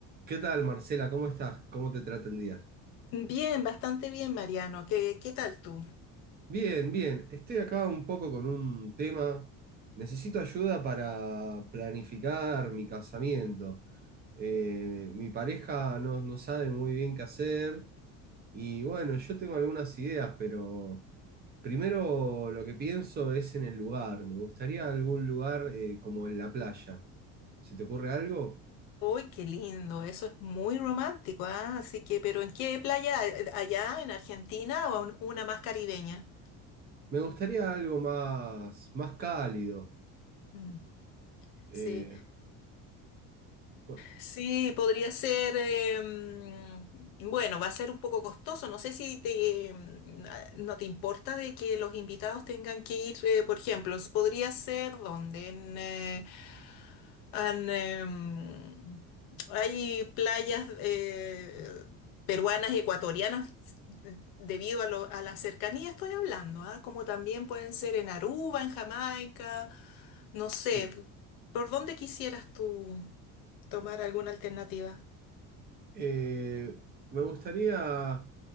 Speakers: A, on the right (about 25°); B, on the left (about 75°).
A: ¿Qué tal, Marcela? ¿Cómo estás? ¿Cómo te trata el día?
B: Bien, bastante bien, Mariano. ¿Qué, qué tal tú?
A: Bien, bien. Estoy acá un poco con un tema. Necesito ayuda para planificar mi casamiento. Eh, mi pareja no, no sabe muy bien qué hacer y bueno, yo tengo algunas ideas, pero primero lo que pienso es en el lugar. Me gustaría algún lugar eh, como en la playa. ¿Se te ocurre algo?
B: Uy, qué lindo, eso es muy romántico, ¿ah? Así que, pero ¿en qué playa? ¿A- ¿Allá en Argentina o en una más caribeña?
A: Me gustaría algo más, más cálido.
B: Mm,
A: eh,
B: Sí,
A: bu-
B: sí, podría ser, eh, mm, bueno, va a ser un poco costoso. No sé si te, mm, a- no te importa de que los invitados tengan que ir, eh, por ejemplo, s- podría ser donde Han, em, hay playas eh, peruanas y ecuatorianas debido a, lo- a la cercanía estoy hablando, ¿ah? Como también pueden ser en Aruba, en Jamaica, no sé,
A: sí.
B: ¿por dónde quisieras tú tomar alguna alternativa?
A: Eh, me gustaría